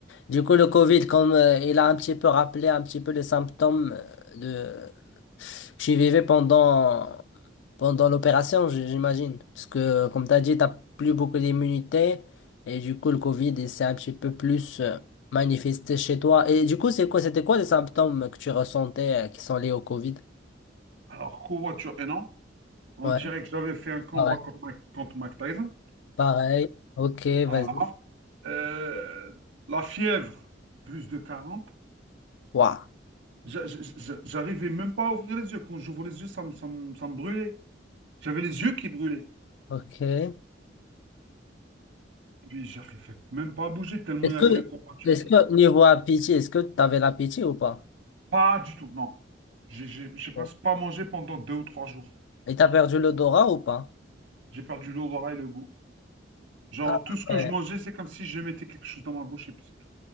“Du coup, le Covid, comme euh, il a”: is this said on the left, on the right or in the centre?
Left